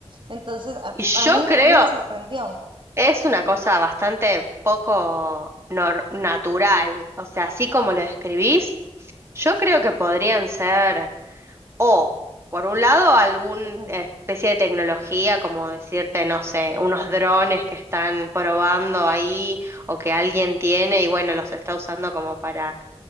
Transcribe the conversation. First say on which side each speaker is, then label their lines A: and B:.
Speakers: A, on the right; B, on the right.
A: Entonces, a,
B: y yo
A: a mí,
B: creo,
A: a mí me sorprendió.
B: Es una cosa bastante poco nor- natural, o sea, así como lo escribís, yo creo que podrían ser o, por un lado, alguna
A: Ujú.
B: especie de tecnología, como decirte, no sé, unos drones que están probando ahí o que alguien tiene y bueno, los está usando como para,